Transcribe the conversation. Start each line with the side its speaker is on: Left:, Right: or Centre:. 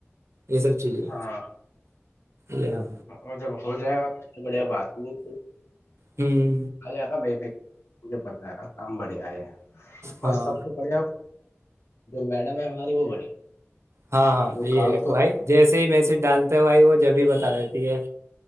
Right: یہ سب چیزیں
Left: ہاں
Right: یہ ہاں
Left: اور جب ہو جائے گا سب سے بڑھیا بات ہو جائےا
Right: ہ
Left: بے فکر مجھے پ ہاں کام بڑھیا ہے
Right: ہاں
Left: اور سب سے بڑھیا جو میڈم ہے ہماری وہ بڑے
Right: ہاں ہاں
Left: وہ
Right: یہ
Left: کام
Right: ہے بھائی
Left: کو
Right: جیسے ہی میسیج ڈالتے ہیں بھائی وہ جبھی بتا دیتی ہے